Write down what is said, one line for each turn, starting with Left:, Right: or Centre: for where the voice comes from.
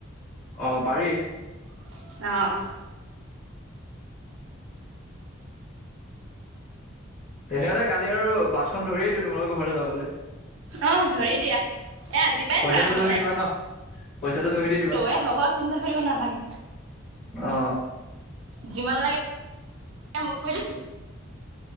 Left: অ পাৰি
Right: অ
Left: তেনেহলে কালি আৰু বাছখন ধৰিয়েই দিওঁ তোমালোকৰ ঘৰলে যাবলে
Right: অহ ধৰি দিয়া এ আজি পৰাই
Left: পইচাটো
Right: ধৰা নহ'লে
Left: তুমি দিবা ন পইচাটো তুমি দি দিবা
Right: এ হ'ব চিন্তা কৰিব নালাগে।
Left: অ
Right: যিমান লাগে মোক কৈ থ